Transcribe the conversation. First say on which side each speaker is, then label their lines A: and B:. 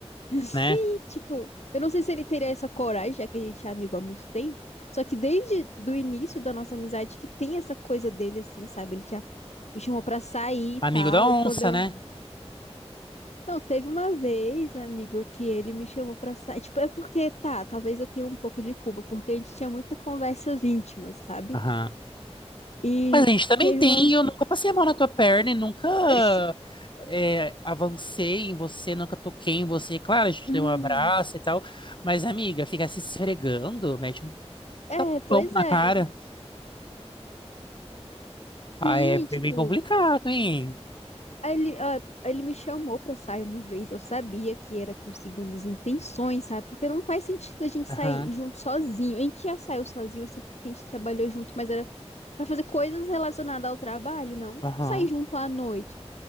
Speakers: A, on the left; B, on the left.
A: <laughs> Sim,
B: né?
A: tipo, eu não sei se ele teria essa coragem, já que a gente é amigo há muito tempo, só que desde do início da nossa amizade que tem essa coisa dele, assim, sabe? Ele já me chamou pra sair e
B: Amigo
A: tal,
B: da onça,
A: e quando eu...
B: né?
A: Não, teve uma vez, amigo, que ele me chamou pra sair. Tipo, é porque, tá, talvez eu tenha um pouco de culpa, porque a gente tinha muitas conversas íntimas, sabe?
B: Aham,
A: E
B: Mas a gente também
A: teve
B: tem,
A: uma.
B: e eu nunca passei a mão na tua perna e nunca
A: <laughs>
B: é, avancei em você, nunca toquei em você. Claro, a gente
A: Hum,
B: deu um abraço e tal, mas amiga, ficar se esfregando, mete um
A: é, pois
B: pão na
A: é.
B: cara. Ah,
A: Sim,
B: é bem
A: tipo.
B: bem complicado, hein?
A: Aí ele, ah, aí ele me chamou pra sair uma vez. Eu sabia que era com segundas intenções, sabe? Porque não faz sentido a gente
B: Aham,
A: sair junto sozinho. A gente já saiu sozinho, assim, porque a gente trabalhou junto, mas era pra fazer coisas relacionadas ao trabalho, não
B: aham,
A: sair junto à noite.